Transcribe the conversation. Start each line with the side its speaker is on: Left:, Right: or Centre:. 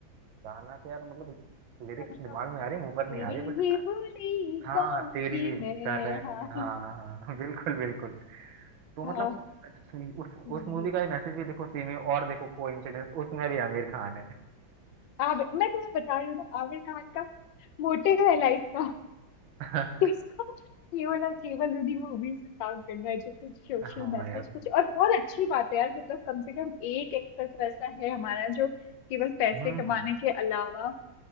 Right: गाना तो यार मतलब लिरिक्स
Left: गाना था
Right: दिमाग
Left: वो
Right: में आ रही मुंह पर
Left: तेरी
Right: नहीं आ रही कुछ
Left: ही बोली
Right: हाँ
Left: गाऊंगी
Right: तेरी
Left: मैं
Right: करेक्ट
Left: हाँ
Right: हाँ हाँ <laughs> बिल्कुल बिल्कुल तो
Left: हाँ
Right: मतलब उस उस
Left: वही
Right: मूवी का ही मैसेज भी देखो सेम है और देखो कोइंसिडेंस उसमें भी आमिर खान है
Left: आमिर मैं तुम्हें बता रही हूँ ना आमिर खान का मोटिव है लाइफ का
Right: <laughs>
Left: कि इसको केवल और केवल उन्हीं मूवीज में काम करना है जो कुछ सोशल
Right: हाँ
Left: मैसेज
Right: यार
Left: कुछ और बहुत अच्छी बात है यार मतलब कम से कम एक एक्टर तो ऐसा है हमारा जो केवल पैसे
Right: हम्म
Left: कमाने
Right: हम्म।
Left: के अलावा